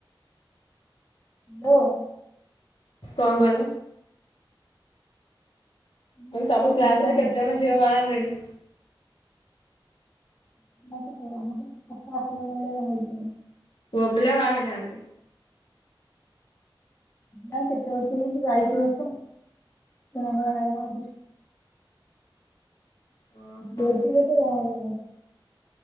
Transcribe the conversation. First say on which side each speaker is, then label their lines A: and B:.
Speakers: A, on the left (about 35°); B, on the left (about 80°).
A: ହାଲୋ।
B: କଣ କହିଲ।
A: ମୁଁ କହିଲି
B: ତମ
A: ଶୁଭିଲାନି।
B: କ୍ଲାସ ରେ କେତେଜଣ ଝିଅ ବାହା ହେଲେଣି?
A: ଆମ କ୍ଲାସ ରେ ଆମ କ୍ଲାସ ରେ ସାତ, ଆଠ ଜଣ ଭଳିଆ ବାହା ହେଇଗଲେଣି।
B: ପୁଅ ପିଲା ବାହା ହେଇନାହାନ୍ତି।
A: ତାଙ୍କୁ କେତେ ବର୍ଷ ହେଇଛି ବାଇସି ବର୍ଷ। ସେମାନେ ବାହା ହେଇ ନାହାନ୍ତି। <inaudible>
B: ଓହୋ